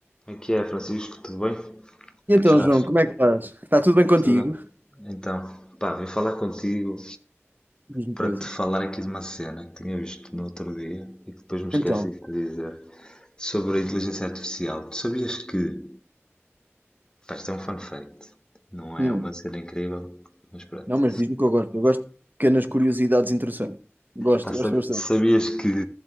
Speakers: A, on the left (about 15°); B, on the right (about 40°).
A: Como é que é, Francisco? Tudo bem? Como
B: E
A: é
B: então,
A: que estás?
B: João, como é que estás? Está tudo bem contigo?
A: Tudo? Então, pá, vim falar contigo
B: Diz-me
A: para
B: coisas.
A: te falar aqui de uma cena que tinha visto no outro dia e que depois me esqueci
B: Então,
A: de te dizer sobre a inteligência artificial. Tu sabias que, pá, isto é um fun fact, não é
B: hum,
A: uma cena incrível, mas pronto.
B: não, mas diz-me que eu gosto. Eu gosto de pequenas curiosidades interessantes. Gosto,
A: Pá, sa-
B: gosto bastante.
A: sabias que